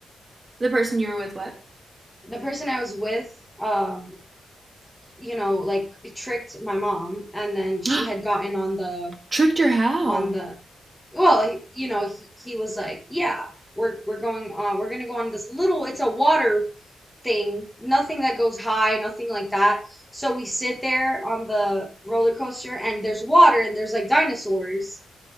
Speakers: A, on the right; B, in the centre.
A: the person you were with, what?
B: the person I was with, um, you know, like tricked my mom, and then she
A: <gasps>
B: had gotten on the
A: Tricked her how?
B: on the well, you know, he he was like, yeah, we're we're going on, we're gonna go on this little, it's a water thing, nothing that goes high, nothing like that. So we sit there on the roller coaster and there's water and there's like dinosaurs.